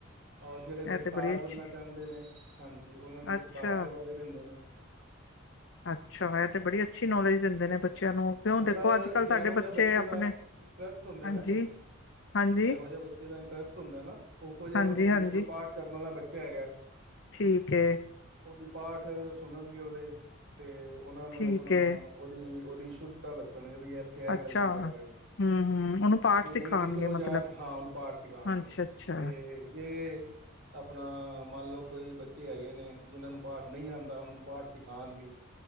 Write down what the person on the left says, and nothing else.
ਇਹ ਤੇ ਬੜੀ ਅੱਛੀ
ਅੱਛਾ
ਅੱਛਾ, ਇਹ ਤੇ ਬੜੀ ਅੱਛੀ ਨੌਲੇਜ ਦਿੰਦੇ ਨੇ ਬੱਚਿਆਂ ਨੂੰ। ਕਿਉਂ
ਦੇਖੋ ਅੱਜ ਕੱਲ੍ਹ
ਸਾਡੇ
ਆਪਣੇ
ਹਾਂਜੀ
ਹਾਂਜੀ
ਹਾਂਜੀ
ਹਾਂਜੀ
ਠੀਕ ਏ।
ਠੀਕ
ਹੈ
ਅੱਛਾ
ਹਮ
ਹਮ ਉਹਨੂੰ ਪਾਠ
ਸਿਖਾਉਣਗੇ
ਮਤਲਬ
ਅੱਛਾ ਅੱਛਾ